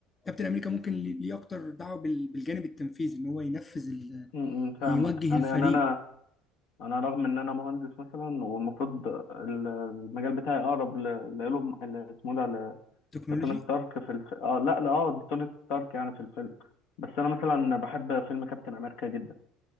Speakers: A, on the left; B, on the left.
A: كابتن امريكا ممكن لي- ليه اكتر دعوه بال- بالجانب التنفيذي ان هو ينفذ ال-
B: امم فاهمك
A: يوجه
B: انا
A: الفريق
B: يعني انا انا رغم ان انا مهندس مثلا والمفروض ال- المجال بتاعي اقرب ل- لايلون ل- اسمه ده ل-
A: تكنولوجي
B: لتوني ستارك في الف... اه لا لا اه لتوني ستارك يعني في الفيلم بس انا مثلا بحب فيلم كابتن امريكا جدا